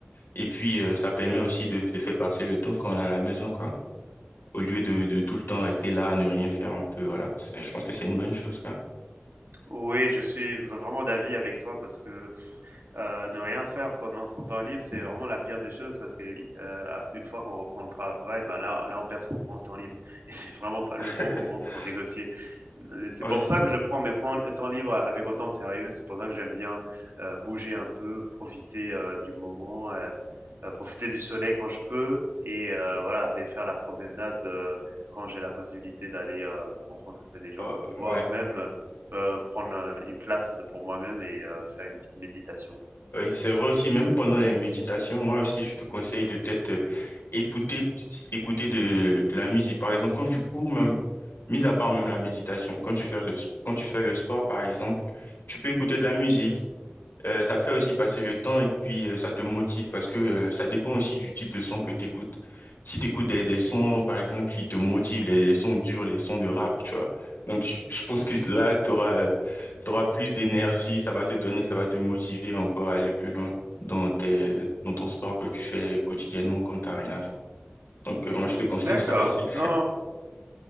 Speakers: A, on the left; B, on the right.
A: et puis euh, ça permet aussi de, de faire passer le temps quand on est à la maison, quoi. Au lieu de, de tout le temps rester là à ne rien faire un peu, voilà. C'est- Je pense que c'est une bonne chose, quoi.
B: Oui, je suis vraiment d'avis avec toi parce que euh, ne rien faire pendant son temps libre, c'est vraiment la pire des choses parce que euh, ap- une fois qu'on reprend le travail, ben là, là, on perd son tran- temps libre <laughs> et c'est vraiment pas le
A: <laughs>
B: bon moment pour négocier. Euh, C'est
A: Ouais.
B: pour ça que je prends mes prends- temps libres avec autant de sérieux. C'est pour ça que j'aime bien euh, bouger un peu, profiter euh, du moment, euh, euh, profiter du soleil quand je peux et euh, voilà, et faire la promenade euh, quand j'ai la possibilité d'aller euh, rencontrer des gens
A: Euh,
B: ou voir
A: ouais,
B: même euh, prendre euh, une place pour moi-même et euh, faire une petite méditation.
A: ouais, c'est vrai aussi, même pendant les méditations, moi aussi, je te conseille de peut-être euh, écouter, écouter de, de la musique. Par exemple, quand tu cours même, mis à part même la méditation, quand tu fais le, quand tu fais le sport, par exemple, tu peux écouter de la musique. Euh, ça fait aussi passer le temps et puis euh, ça te motive parce que euh, ça dépend aussi du type de son que tu écoutes. Si tu écoutes des, des sons, par exemple, qui te motivent, les, les sons durs, les sons de rap, tu vois. Donc, je je pense que là, tu auras, plus d'énergie, ça va te donner, ça va te motiver encore à aller plus loin dans tes, dans ton sport que tu fais quotidiennement quand tu n'as rien à faire. Donc, euh, moi, je te <laughs> conseille
B: D'accord,
A: ça aussi.
B: non,